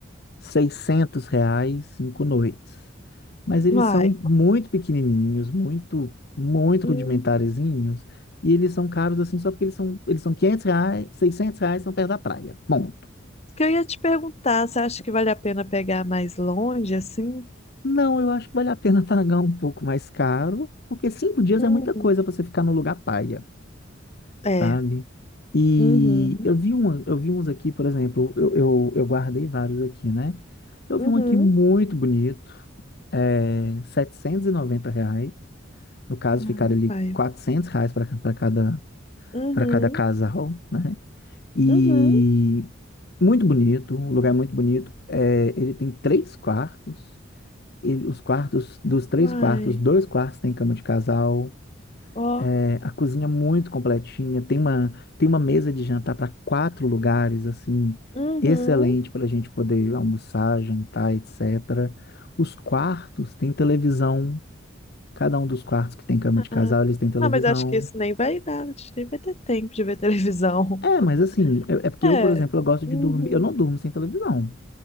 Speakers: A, on the left (about 55°); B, on the left (about 35°).
A: 600 reais, cinco noites, mas eles
B: Vai.
A: são muito pequenininhos, muito, muito
B: Hum,
A: rudimentarezinhos, e eles são caros assim só porque eles são, eles são 500 reais, 600 reais são perto da praia, ponto.
B: que eu ia te perguntar, você acha que vale a pena pegar mais longe, assim?
A: Não, eu acho que vale a pena <laughs> pagar um pouco mais caro, porque cinco dias
B: Hum,
A: é muita coisa para você ficar no lugar paia.
B: é.
A: sabe? E
B: Uhum.
A: eu vi um, eu vi uns aqui, por exemplo, eu, eu, eu guardei vários aqui, né? Eu
B: Uhum.
A: vi um aqui muito bonito, é, R$ 790 reais. No caso,
B: Ah,
A: ficaram ali
B: vai.
A: 400 reais para cada,
B: Uhum.
A: para cada casal, né? E
B: Uhum.
A: muito bonito, um lugar é muito bonito. É, ele tem três quartos. Ele, os quartos, dos três
B: Vai.
A: quartos, dois quartos tem cama de casal.
B: Ó.
A: É, a cozinha é muito completinha, tem uma, tem uma mesa de jantar para quatro lugares, assim,
B: Uhum.
A: excelente para a gente poder almoçar, jantar, etc. Os quartos têm televisão, cada um dos quartos que tem cama de casal,
B: Ah,
A: eles têm televisão.
B: ah, mas acho que isso nem vai dar. Acho que nem vai ter tempo de ver televisão.
A: É, mas
B: <laughs>
A: assim, é, é porque
B: É.
A: eu, por exemplo, eu gosto
B: Uhum.
A: de dormir, eu não durmo sem televisão.